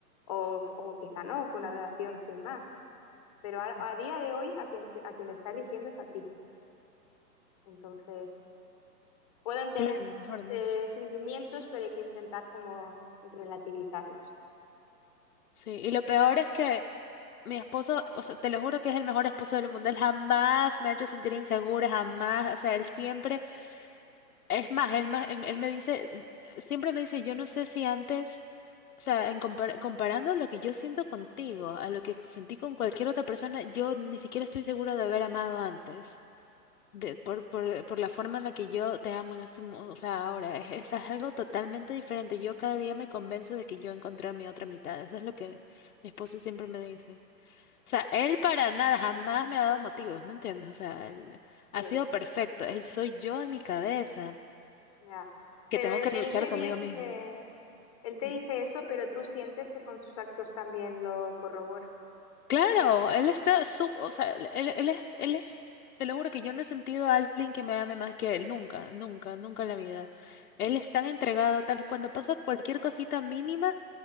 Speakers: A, on the left; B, on the left.
A: o, o quizá no, fue una relación sin más, pero a,
B: Mm,
A: a día de hoy a quien, a quien está eligiendo es a ti. Entonces, puedo entender
B: Claro, es verdad.
A: esos sentimientos, pero hay que intentar como relativizarlos.
B: Sí, y lo peor es que mi esposo, o sea, te lo juro que es el mejor esposo del mundo, él jamás me ha hecho sentir insegura, jamás, o sea, él siempre Es más, él, ma- él, él me dice, siempre me dice, yo no sé si antes, o sea, en compar- comparando lo que yo siento contigo a lo que sentí con cualquier otra persona, yo ni siquiera estoy segura de haber amado antes, de, por, por, por la forma en la que yo te amo en este, mo- o sea, ahora, es, es algo totalmente diferente. Yo cada día me convenzo de que yo encontré a mi otra mitad. Eso es lo que mi esposo siempre me dice. O sea, él para nada, jamás me ha dado motivos, ¿me entiendes? O sea, él ha
A: Sí,
B: sido perfecto. Él soy yo en mi cabeza
A: ya.
B: que
A: Pero
B: tengo
A: él,
B: que
A: él
B: luchar
A: te
B: conmigo
A: dice,
B: mismo.
A: él te
B: Ujú.
A: dice eso, pero tú sientes que con sus actos también lo corrobora.
B: Claro, él está sub, o sea, él, él- él es, él es, te lo juro que yo no he sentido a alguien que me ame más que él, nunca, nunca, nunca en la vida. Él es tan entregado, tal, cuando pasa cualquier cosita mínima,